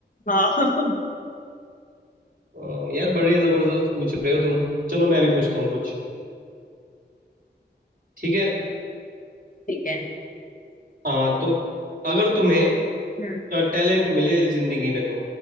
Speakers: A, on the left (about 45°); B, on the right (about 50°).
A: हाँ हम्म
B: अ, यार बड़े जबरदस्त पूछ रहे हो तुम चलो मैं भी पूछता हूँ कुछ ठीक है
A: ठीक है
B: आ, तो अगर तुम्हें
A: हम्म
B: टैलेंट मिले जिंदगी में तो